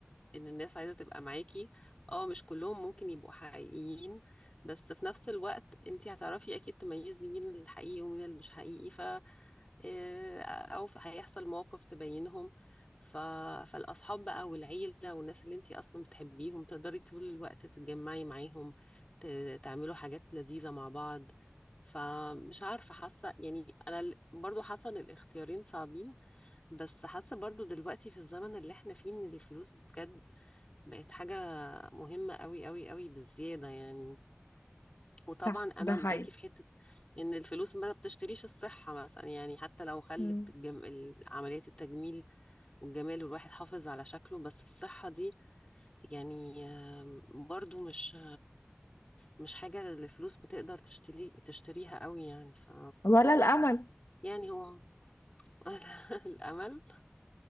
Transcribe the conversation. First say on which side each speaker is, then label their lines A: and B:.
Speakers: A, on the left; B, on the left.
A: إن الناس عايزة تبقى معاكي اه مش كلهم ممكن يبقوا حقيقيين بس في نفس الوقت انتي هتعرفي أكيد تميزي مين الحقيقي ومين اللي مش حقيقي إيه، او ف- هيحصل موقف تبينهم ف... فالاصحاب بقى والعيله والناس اللي انتي اصلا بتحبيهم تقدري طول الوقت تتجمعي معاهم ت... تعملوا حاجات لذيذه مع بعض فمش عارفه حاسه يعني انا ال- برضو حاسه ان الاختيارين صعبين بس حاسه برضو دلوقتي في الزمن اللي احنا فيه ان الفلوس بجد بقت حاجه مهمه قوي قوي قوي بالزياده يعني وطبعا
B: صح
A: انا
B: ده حقيقي
A: معاكي في حته ان الفلوس ما بتشتريش الصحه مثلا يعني حتى لو خلت
B: مم.
A: الجم... ال- عمليات التجميل والجمال والواحد حافظ على شكله بس الصحه دي يعني آم، برضو مش مش حاجه الفلوس بتقدر تشتري تشتريها قوي يعني ف
B: ولا الامل
A: يعني هو <laughs> الامل